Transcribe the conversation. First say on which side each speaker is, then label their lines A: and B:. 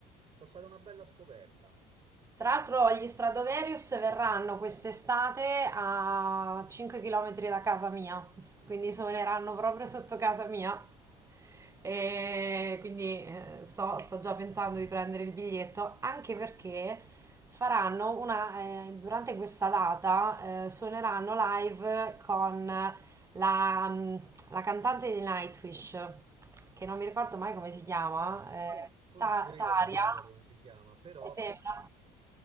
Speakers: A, on the right; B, on the right.
A: sono stata una bella scoperta.
B: Tra l'altro gli Stradovarius verranno quest'estate a 5 km da casa mia, quindi suoneranno proprio sotto casa mia. E quindi eh, sto, sto già pensando di prendere il biglietto, anche perché faranno una, eh, durante questa data eh, suoneranno live con la, mm, la cantante di Nightwish, che non mi ricordo mai come si chiama,
A: Ah,
B: eh,
A: pur-
B: Ta-
A: pure
B: Taria,
A: io non mi ricordo come si chiama, però,
B: mi sembra.